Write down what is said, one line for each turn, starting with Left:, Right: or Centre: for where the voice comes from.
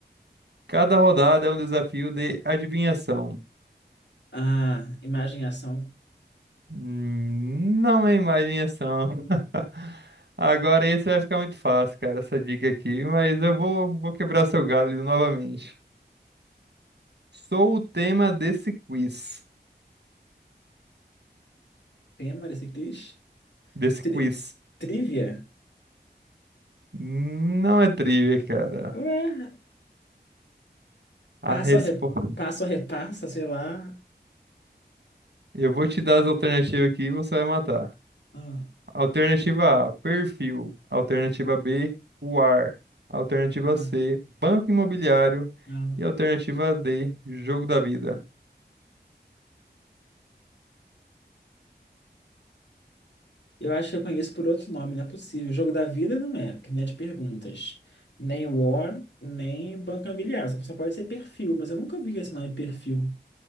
Right: Cada rodada é um desafio de adivinhação.
Left: Ah, imagem ação.
Right: Hum, Não é imagem e ação. <laughs> Agora esse vai ficar muito fácil, cara, essa dica aqui, mas eu vou, vou quebrar seu galho novamente. Sou o tema desse quiz.
Left: Tema desse quiz.
Right: Desse
Left: Tri-
Right: quiz.
Left: Trivia?
Right: Não é trivia, cara.
Left: Ué,
Right: A
Left: passa
Right: resposta
Left: ou re- passa ou repassa, sei lá.
Right: Eu vou te dar as alternativas aqui e você vai matar.
Left: Ah,
Right: Alternativa A, perfil. Alternativa B, o ar. Alternativa
Left: não,
Right: C, banco imobiliário.
Left: não.
Right: E alternativa D, jogo da vida.
Left: Eu acho que eu conheço por outro nome, não é possível. Jogo da vida não é, porque não é de perguntas. Nem War, nem Banca Bilhar. Só só pode ser perfil, mas eu nunca vi esse nome perfil.